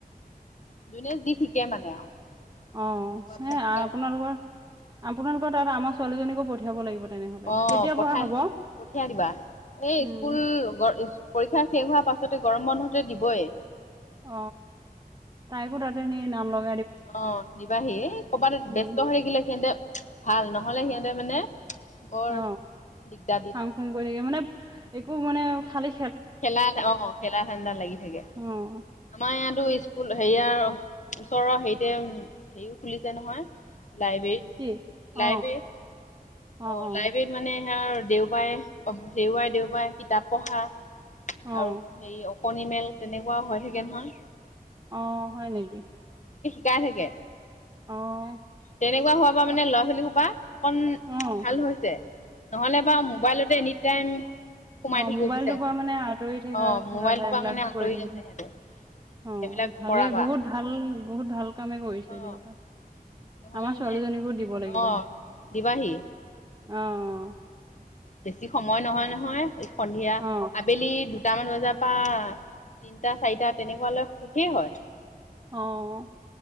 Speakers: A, on the left; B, on the right.
A: যোনে যি শিক কে মানে আৰু
B: অ',
A: তেনেকুৱা
B: সেই
A: মানে
B: আপোনালোকৰ
A: শিকা
B: আপোনালক তাত আমাৰ ছোৱালীজনীকো পঠিয়াব লাগিব। তেনেহ'লে
A: অ',
B: কেতিয়া
A: পঠাই
B: পৰা হ'ব
A: পঠিয়াই দিবা, এই
B: উম,
A: স্কুল পৰীক্ষা শেষ হোৱাৰ পাছত এইটো গৰম বন্ধতেই দিবই।
B: অ, তাইকো তাতে নি নাম লগা
A: অ, দিবাহি, এ ক'বাত
B: উম,
A: ব্যস্ত হৈ গেলে সিহঁতে ভাল ন। নহ'লে সিহঁতে মানে বৰ
B: অ,
A: দিগদাৰ দি
B: ফাং, ফুং, কৰি থাকে মানে একো মানে খালী
A: খেলাত অ', খেলাৰ ধাণ্ডাত লাগি থাকে,
B: অ'
A: আমাৰ ইয়াতো স্কুল হেৰিয়াৰ ওচৰৰ হেৰিতে হেৰিও খুলিছে নহয়। লাইব্ৰেৰীত
B: কি অ'
A: লাইব্ৰেৰী অঁ,
B: অ' অ'
A: লাইব্ৰেৰীত মানে সেয়া আৰু দেওবাৰে দেওবাৰে দেওবাৰে কিতাপ পঢ়া
B: অ'
A: আৰু সেই অকণি মেল তেনেকুৱা হয়। সেখন।
B: অ', হয় নেকি?
A: কাই থাকে
B: অ'
A: তেনেকুৱা হোৱাৰ পৰা
B: অ'
A: মানে ল'ৰা ছোৱালী হোপা অকন
B: অ'
A: ভাল হৈছে। নহলে বাৰু মোবাইলতে এনিটাইম সোমাই
B: অ'
A: থাকিব
B: মোবাইলটোৰ
A: বিচাৰে।
B: পৰা মানে আঁতৰি থকা
A: অ',
B: থকা
A: মোবাইলটোৰ
B: যায় এইবিলাক
A: পৰা মানে আঁতৰি
B: কৰি থাকিলে
A: আছে সিহঁতে
B: অ',
A: সেইবিলাক
B: ভালে
A: কৰা পৰা।
B: বহুত ভাল বহুত ভাল কামে কৰিছে,
A: অ'
B: দেউতা।
A: নহ'লে
B: আমাৰ
A: মানে
B: ছোৱালীজনীকো দিব লাগিব।
A: অ'
B: অঁ,
A: দিবাহি।
B: অঁ।
A: বেছি সময় নহয়, নহয়। সন্ধিয়া
B: অ অ
A: আবেলি দু দুটামান বজাৰ পৰা তিনটা চাৰিটা তেনেকুৱা লৈ শেষেই হয়।
B: অ',